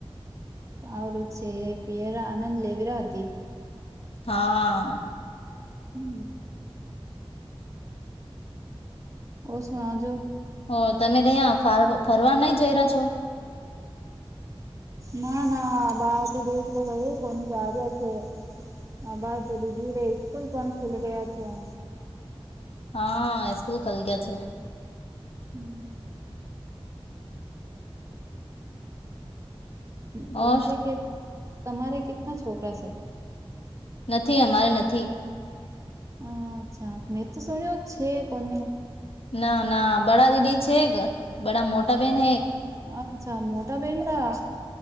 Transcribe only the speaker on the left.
હા
હ તમે કયા ફર ફરવા નઈ જઈ રહ્યા છો
હા એકુલ ખોલ ગ છે
ઓર
નથી અમારે નથી
ના ના બડા દેદી છે એક બડા મોટા બેન હૈ